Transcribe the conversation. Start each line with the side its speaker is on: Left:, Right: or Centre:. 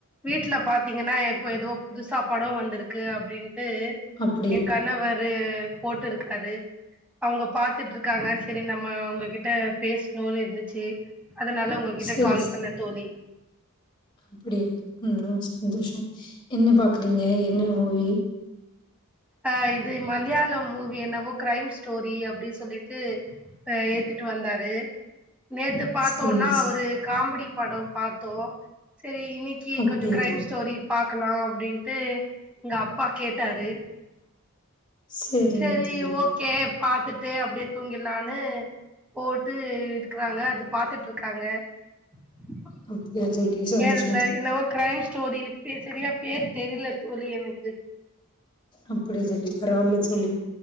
Centre: வீட்ல பாத்தீங்கன்னா இப்ப ஏதோ புதுசா படோ வந்திருக்கு அப்டின் டு
Left: அப்டியா
Centre: எ கணவரு போட்டுருக்காரு அவங்க பாத்துட்ருக்காங்க சரி நம்ம உங்ககிட்ட பேசணுனு இருந்துச்சு அதனால உங்க கிட்ட
Left: செரி
Centre: கால்
Left: செரி
Centre: பண்ண தோழி
Left: அப்டியா ம் ம் சந்தோஷோ என்ன பாக்குறீங்க என்ன மூவி
Centre: ஆ இது மத்யான மூவி என்னவோ க்ரைம் ஸ்டோரி அப்டி சொல்லிட்டு அ ஏத்துட்டு வந்தாரு நேத்து பாத்தோன்னா
Left: செரிங்க ஸ்
Centre: ஒரு காமெடி படோ பாத்தோ சேரி இன்னிக்கி
Left: அப்டியா
Centre: கொஞ்சோ க்ரைம் ஸ்டோரி பாக்கலா அப்டின்ட்டு எங்க அப்பா கேட்டாரு
Left: செரிங்க
Centre: சரி
Left: தோழி
Centre: ஓகே பாத்துட்டு அப்டியே தூங்கிலான்னு போட்டு இருக்குறாங்க அது பாத்துட்டு இருக்காங்க <unintelligible>
Left: அப்டியா தோழி சந்தோஷம்
Centre: இந்த
Left: தோழி
Centre: என்னமோ க்ரைம் ஸ்டோரி செ செரியா பேர் தெரில தோழி எனக்கு
Left: அப்படியா தோழி பரவால்ல தோழி